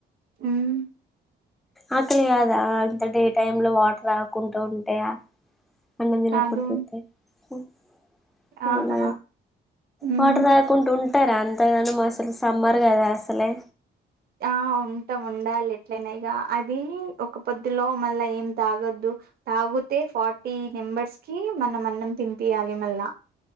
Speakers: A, on the right; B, in the centre.
A: మ్మ్
B: ఆకలి కాదా అంత డే టైం లో వాటర్ రాకుంట ఉంటయ అన్నం తినకుంటే
A: కాదు
B: <unintelligible> అవునా
A: ఆహా మ్మ్
B: మాట రాకు ఉంటూ ఉం టారా అంతగనము అసలు సమ్మర్ కదా అసలే
A: ఆ ఉంటాం ఉండాలి ఎట్లైన ఇగా అది ఒక్క పొద్దులో మళ్ళా ఏం తాగోద్దు తాగుతే ఫార్టీ నెంబర్స్ కి మనం అన్నం తింపియాలి మళ్ళా